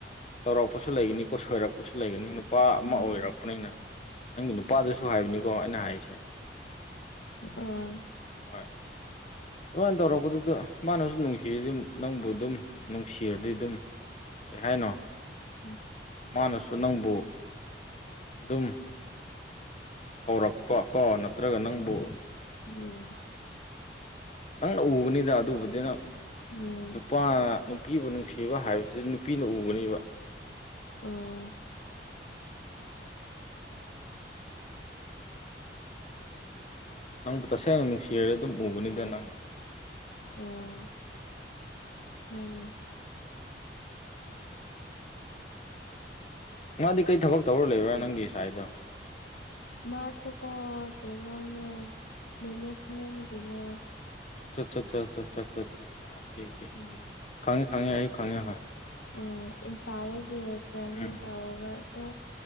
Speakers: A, on the left; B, on the left.
A: ꯇꯧꯔꯛꯄꯁꯨ ꯂꯩꯒꯅꯤꯀꯣ ꯁꯣꯏꯔꯛꯄ ꯁꯨ ꯂꯩꯒꯅꯤ ꯅꯨꯄꯥ ꯑꯃ
B: ꯎꯝ
A: ꯑꯣꯏꯔꯛꯄꯅꯤꯅ ꯅꯪꯒꯤ ꯅꯨꯄꯥꯗꯁꯨ ꯍꯥꯏꯕꯅꯤꯀꯣ ꯑꯩꯅ ꯍꯥꯏꯁꯦ
B: ꯑꯣ
A: ꯍꯣꯏ ꯑꯗꯨꯃꯥꯏꯅ ꯇꯧꯔꯛꯄꯗꯨꯗ ꯃꯥꯅꯁꯨ ꯅꯨꯡꯁꯤꯔꯤ ꯑꯗꯨꯝ ꯅꯪꯕꯨ ꯑꯗꯨꯝ ꯅꯨꯡꯁꯤꯔꯗꯤ ꯑꯗꯨꯝ ꯀꯩꯍꯥꯏꯅꯣ
B: ꯎꯝ
A: ꯃꯥꯅꯁꯨ ꯅꯪꯕꯨ ꯑꯗꯨꯝ ꯀꯧꯔꯛꯄ ꯀꯣ ꯅꯠꯇ꯭ꯔꯒ ꯅꯪꯕꯨ
B: ꯎꯝ
A: ꯅꯛꯅꯥ ꯎꯕꯅꯤꯗ ꯑꯗꯨꯕꯨꯗ ꯅꯪ
B: ꯎꯝ
A: ꯅꯨꯄꯥꯅ ꯅꯨꯄꯤꯕꯨ ꯅꯨꯡꯁꯤꯕ ꯍꯥꯏꯕꯁꯤ ꯅꯨꯄꯤꯅ ꯎꯒꯅꯦꯕ
B: ꯑꯣ
A: ꯅꯪꯕꯨ ꯇꯁꯦꯡꯅ ꯅꯨꯡꯁꯤꯔ ꯑꯗꯨꯝ ꯎꯕꯅꯤꯗ ꯅꯪ
B: ꯑꯣ ꯃꯅꯦ
A: ꯅꯍꯥꯟꯗꯩ ꯀꯩ ꯊꯕꯛ ꯇꯧꯔ ꯂꯩꯕ꯭ꯔꯥ ꯅꯪꯒꯤ ꯁꯥꯏꯗꯣ
B: ꯃꯥ ꯆꯀꯣ ꯀꯦꯅꯣ ꯃꯦꯅꯦꯖꯃꯦ ꯒꯤꯅꯦ
A: ꯑꯆꯥ ꯑꯣ ꯑꯣꯦ
B: ꯎꯝ
A: ꯈꯪꯉ ꯈꯪꯉ ꯑꯩ ꯈꯉꯦ
B: ꯑꯣ ꯏꯝꯐꯥꯜꯗꯒꯤ ꯇ꯭ꯔꯦꯟꯅꯤꯡ
A: ꯎꯝ
B: ꯇꯧꯕꯗꯣ